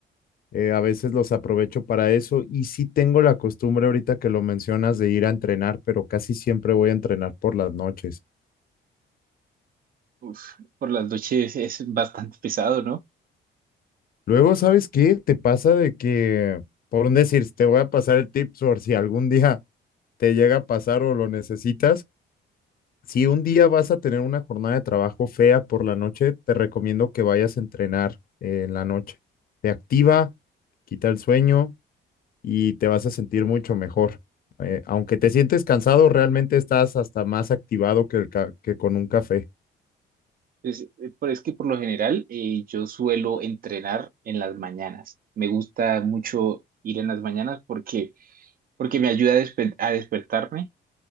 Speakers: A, on the left; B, on the right.
A: eh, a veces los aprovecho para eso y sí tengo la costumbre ahorita que lo mencionas de ir a entrenar, pero casi siempre voy a entrenar por las noches.
B: Uf, por las noches <laughs> es bastante pesado, ¿no?
A: Luego, ¿sabes qué? Te pasa de que, por un decir, te voy a pasar el tip por si algún día te llega a pasar o lo necesitas Si un día vas a tener una jornada de trabajo fea por la noche, te recomiendo que vayas a entrenar eh, en la noche. Te activa, quita el sueño y te vas a sentir mucho mejor. Eh, aunque te sientes cansado, realmente estás hasta más activado que, el ca- que con un café.
B: Es, pero es que por lo general eh, yo suelo entrenar en las mañanas. Me gusta mucho ir en las mañanas porque, porque me ayuda a, despe- a despertarme.